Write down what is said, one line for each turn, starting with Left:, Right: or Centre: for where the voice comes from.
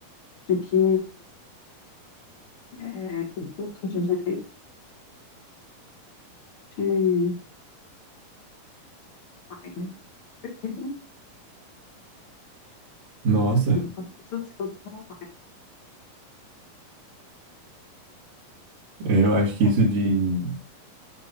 Left: de que é, o curso de direito de online é reduzido.
Right: Nossa,
Left: Uma pessoa se eu não
Right: é, eu acho que
Left: tenho,
Right: isso de